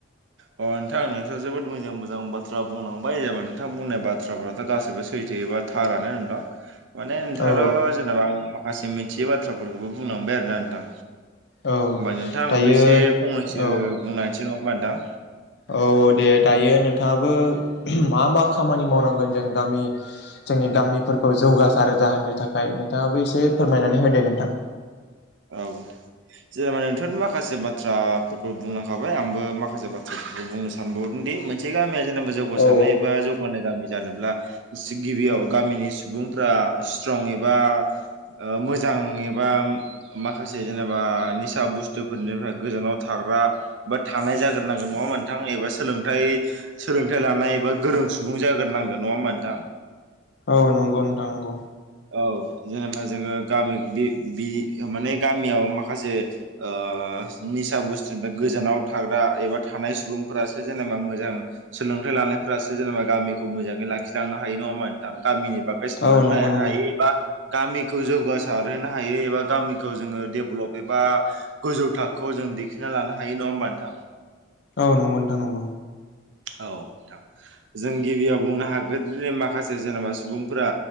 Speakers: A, on the right; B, on the left.
A: अ नोंथां नोंथाङा जोबोद मोजां मोजां बाथ्रा बुंलांबाय एबा नोंथां बुंनाय बाथ्राफ्राथ' गासैबो सैथो एबा थारानो नोंथां माने नोंथाङाथ'
B: औ
A: जेनेबा आं माखासे मिथियै बाथ्राफोरखौबो बुंलांबाय आरोना नोंथां।
B: औ
A: होमबा नोंथां आंबो
B: दायो
A: एसे फंनैसो
B: औ
A: बुंना होनोसै नङा होमबा नोंथां
B: औ दे दायो नोंथाङाबो मा मा खामानि मावनांगोन जों गामि जोंनि गामिफोरखौ जौगासार जाहोनो थाखाय नोंथाङाबो एसे फोरमायनानै होदो नोंथां।
A: औ जेनेबा नोंथांआनो माखासे बाथ्राफोरखौ बुंलांखाबाय आंबो माखासे बाथ्राफोरखौ बुंनो सा सानबावदों दि मोनसे गामिया जेनेबा जौगासारनाय
B: औ
A: एबा जौ <unintelligible> गामि जानोब्ला गिबियाव गामिनि सुबुंफ्रा स्ट्रं एबा ओ मोजां एबा माखासे जेनेबा निसा बुस्थुफोरनिफ्राय गोजानाव थाग्रा बा थानाय जाग्रोनांगोन नङा मोनथां एबा सोलों थाय सोलोंथाइ लानाय एबा गोरों सुबुं जाग्रोनांगोन नङा होमबा नोंथां?
B: औ नंगौ नोंथां नंगौ।
A: औ जेनेबा जोङो गामि बे बि माने गामियाव माखासे ओ निसा बुस्थुनिफ्राय गोजानाव थाग्रा एबा थानाय सुबुंफोरासो जेनेबा मोजां सोलोंथाइ लानायफोरासो जेनेबा गामिखौ मोजाङै लाखिलांनो हायो नङा होमबा नोंथां? गामिनि बागै सानलांनो
B: औ नंगौ
A: हा
B: नंगौ
A: एबा गामिखौ जौगासारहोनो हायो एबा गामिखौ जोङो डेभलप एबा गोजौ थाखो जों दिखोना लानो हायो नङा होमबा नोंथां?
B: औ नंगौ नोंथां नंगौ।
A: औ नोंथां जों गिबियाव बुंनो हागोन जे माखासे जेनेबा सुबुंफोरा